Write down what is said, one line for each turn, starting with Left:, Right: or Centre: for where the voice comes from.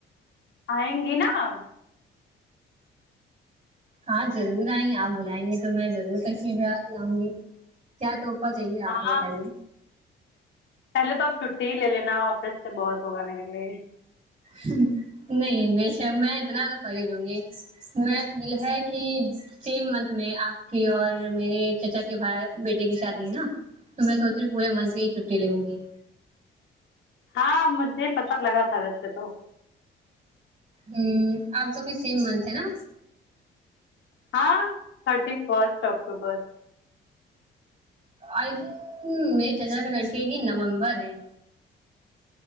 Left: آیں گیں نا آپ
Right: ہاں ضرور آئیں گے آپ بلائیں گے تو میں ضرور تشریف لاؤں گی کیا تحفہ چاہیے
Left: ہاں
Right: آپ کو بتائیے
Left: پہلے تو اب چھٹی ہی لے لینا آفس سے بہت ہوگا میرے لیے
Right: ہوں نہیں بے شک میں اتنا تو کر ہی دوں گی میں تو دل ہے کی سیم منتھ میں آپ کی اور میرے چچا کے بھ بیٹے کی شادی ہے نا تو میں سوچ رہی پورے منتھ کی ہی چھٹی لوں گی
Left: ہاں مجھے پتا لگا تھا ویسے تو
Right: ہ آپ کا بھی سیم منتھ ہے نا
Left: ہاں thirty first October
Right: I think میرے چچا کے لڑکے کی نومبر ہے